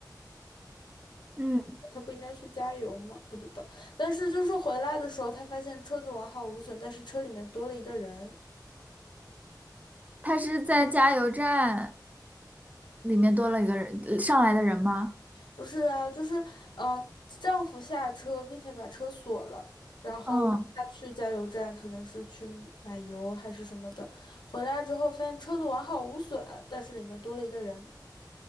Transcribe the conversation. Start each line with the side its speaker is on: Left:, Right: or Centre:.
Right: 嗯，
Left: 他不应该去加油吗？不知道。但是就是回来的时候，他发现车子完好无损，但是车里面多了一个人。
Right: 他是在加油站里面多了一个人上来的人吗？
Left: 不是啊，就是嗯、呃丈夫下车并且把车锁了，然后他去加油站，
Right: 嗯，
Left: 可能是去买油还是什么的，回来之后发现车子完好无损，但是里面多了一个人。